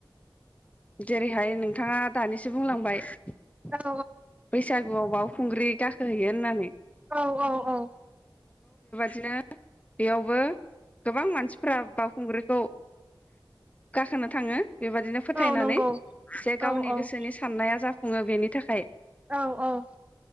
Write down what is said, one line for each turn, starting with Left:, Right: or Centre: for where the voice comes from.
Left: जेरैहाय नोंथाङा दानिसो बुंलांबाय बैसागुआव
Right: औ
Left: बावखुंग्रि गाखो खोहैयो होननानै
Right: औ औ औ
Left: बिदिनो बेयावबो गोबां मानसिफ्रा बावखुंग्रिखौ गाखोनो थाङो बेबादिनो फोथायनानै
Right: औ नंगौ
Left: जे
Right: औ
Left: गावनि
Right: औ
Left: गोसोनि साननाया जाफ फुङो बेनि थाखाय
Right: औ औ